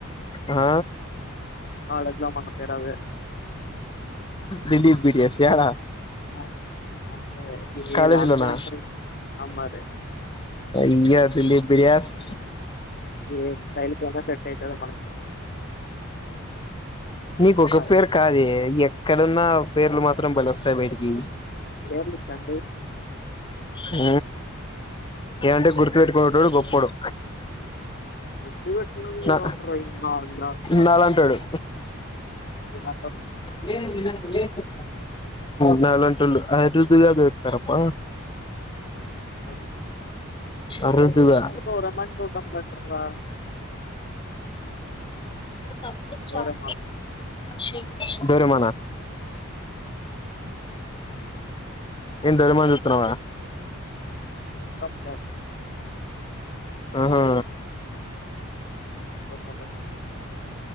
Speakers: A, on the left; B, on the left.
A: హ
B: కాలేజీలో మన పేరు అదే
A: దిలీప్ బిడిసి యారా
B: ఈ, ఆ అంతే
A: కాలేజలోనా
B: ఏ దానికైనా సరే ఆ మరి
A: ఇ అదిలీ బిడి బస్
B: ఏ స్టైల్ కైనా సెట్ అయితది మనకి
A: నీకు ఒక
B: మరి
A: పేరు కాద ఇక్కడ ఉన్న పేర్లు మాత్రం బలి వస్తాయి బయటికి
B: ఎర్లు చం
A: హ ఏమంటే గుర్తుపెట్టుకునేడు గొప్పోడు
B: గుర్తు పెట్టుకునేది ఎవరు
A: నా
B: ఉంటారు ఈ మా వాళ్ళే ఉంటారు
A: నాల అంటాడు
B: ఇ
A: హ్మ్మ్ న అరుదుగాదరుతారప్ప
B: ఎవరు?
A: అరుదుగా
B: డోరేమాన్ చూడడం బెటర్ రా
A: పప్పు చార్
B: డోరేమాన్
A: చి డొరిమానా ఇన్ డోరెమాన్ సుత్తన్నవ
B: ఉత్తమ్ బ <unintelligible>
A: ఆహా
B: పత్తపోతు